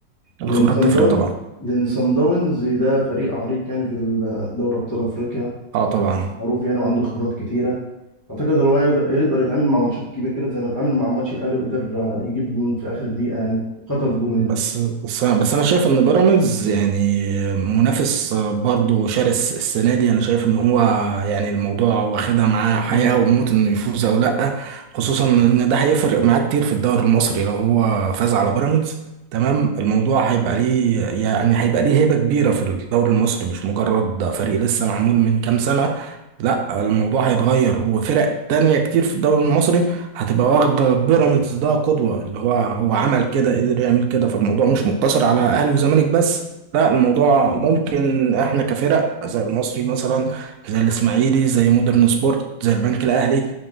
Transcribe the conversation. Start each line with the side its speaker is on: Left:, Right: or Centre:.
Right: الخبرات
Left: لان صن
Right: تفرق
Left: داونز
Right: طبعا
Left: لان صن داونز ده فريق عريق يعني في ال- دوري ابطال افريقيا
Right: اه طبعا
Left: معروف يعني وعنده خبرات كتيره اعتقد هو يقدر يقدر يتعامل مع الماتشات الكبيره كده زي ما اتعامل مع ماتش الاهلي وقدر آه، يجيب جون في اخر دقيقه يعني وخطف جون يعني
Right: بس بس بس انا شايف ان بيراميدز يعني منافس برضه شرس السنه دي انا شايف ان هو يعني الموضوع واخدها معاه حياه
Left: مم.
Right: وموت انه يفوز او لا خصوصا ان ده هيفرق معاه كتير في الدوري المصري لو هو فاز على بيراميدز تمام الموضوع هيبقى ليه يعني هيبقى ليه هيبه كبيره في الدوري المصري مش مجرد فريق لسه معمول من كام سنه لا الموضوع هيتغير وفرق تانية كتير في الدوري المصري هتبقى واخدة بيراميدز ده قدوة اللي هو هو عمل كده قدر يعمل كده فالموضوع مش مقتصر على أهلي وزمالك بس لا الموضوع
Left: مم.
Right: ممكن احنا كفرق زي المصري مثلا زي الإسماعيلي زي مودرن سبورت زي البنك الأهلي